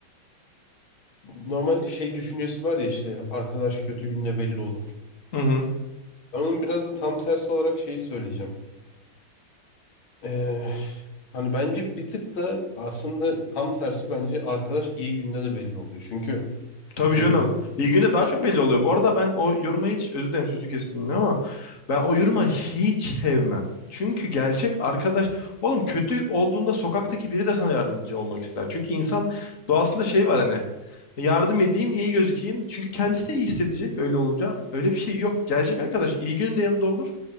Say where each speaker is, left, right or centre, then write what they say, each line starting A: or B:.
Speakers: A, on the left; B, on the left.
A: normalde şey düşüncesi var ya işte arkadaş kötü günde belli olur.
B: hı.
A: Ben onun biraz da tam tersi olarak şeyi söyleyeceğim. Ee, hani bence bir tık da aslında tam tersi bence arkadaş iyi günde de belli oluyor. Çünkü
B: Tabii
A: e,
B: canım. İyi günde daha çok belli oluyor. Bu arada ben o yoruma hiç özür dilerim sözünü kestim yine ama ben o yoruma hiç sevmem. Çünkü gerçek arkadaş oğlum kötü olduğunda sokaktaki biri de sana yardımcı olmak ister. Çünkü insan doğasında şey var hani yardım edeyim iyi gözükeyim. Çünkü kendisi de iyi hissedecek öyle olunca. Öyle bir şey yok. Gerçek arkadaş iyi günün de yanında olur.